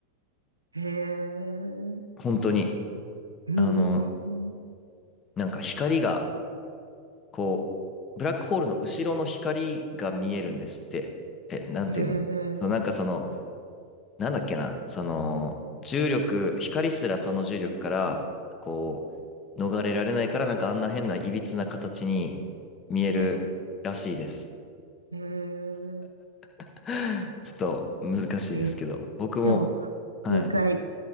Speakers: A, on the right; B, on the left.
A: へえ。
B: 本当に。
A: うん。
B: あの、なんか光が、こう、ブラックホールの後ろの光が見えるんですって。え、なんていうの、
A: へえ。
B: そうなんかその、なんだっけな、その、重力、光すらその重力から、こう、逃れられないから、なんかあんな変な歪な形に見えるらしいです。
A: へえ。へえ。
B: <laughs> ちょっと難しいですけど、
A: へえ
B: 僕も、
A: でも、
B: はい、
A: もう一回